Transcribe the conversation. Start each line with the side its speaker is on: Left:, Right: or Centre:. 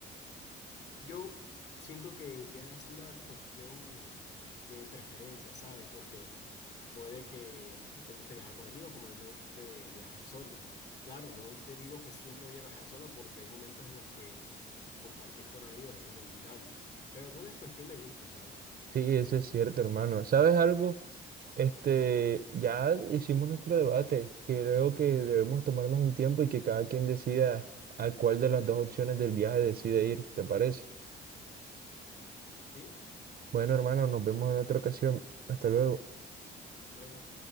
Left: yo siento que ya es una cuestión de preferencia, ¿sabes? Porque Puede que a ti te guste viajar con amigos, como a mí me guste viajar solo. Claro, no te digo que siempre voy a viajar solo porque hay momentos en los que compartir con amigos es inolvidable, pero todo es cuestión de gusto, ¿sabes?
Right: Sí, eso es cierto, hermano. ¿Sabes algo? Este, ya hicimos nuestro debate. Creo que debemos tomarnos un tiempo y que cada quien decida a cuál de las dos opciones del viaje decide ir, ¿te parece?
Left: Sí,
Right: Bueno, hermano, nos vemos en otra ocasión. Hasta luego.
Left: hasta luego.